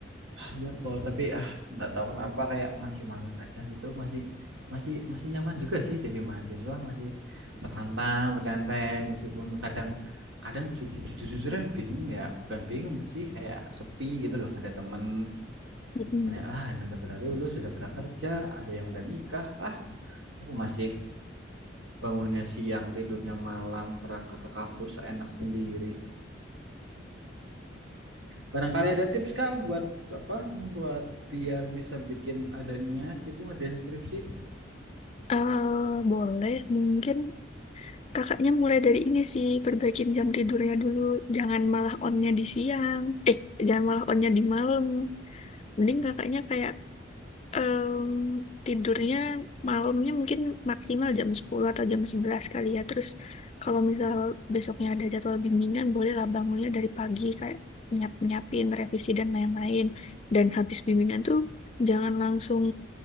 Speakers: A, on the right; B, on the left.
A: Ah, iya kok, tapi ah nggak tahu kenapa kayak masih malas aja gitu, masih masih masih nyaman juga sih jadi mahasiswa, masih petantang, petenteng, meskipun kadang kadang ju- ju- jujur-jujuran bingung ya, bukan bingung sih kayak sepi gitu loh, nggak ada temen
B: Mm-mm.
A: temennya ah ini udah pada lulus, sudah pada kerja, ada yang udah nikah, Aku masih bangunnya siang, tidurnya malam, berangkat ke kampus enak sendiri. Barangkali ada tips kah buat apa? Buat biar bisa bikin ada niat gitu ngerjain skripsi.
B: Eh, boleh, mungkin kakaknya mulai dari ini sih, perbaikin jam tidurnya dulu. Jangan malah onnya di siang. Eh, jangan malah onnya di malam. Mending kakaknya kayak Em, tidurnya malamnya mungkin maksimal jam 10 atau jam 11 kali ya. Terus kalau misal besoknya ada jadwal bimbingan, bolehlah bangunnya dari pagi kayak nyiap-nyiapin revisi dan lain-lain. Dan habis bimbingan tuh jangan langsung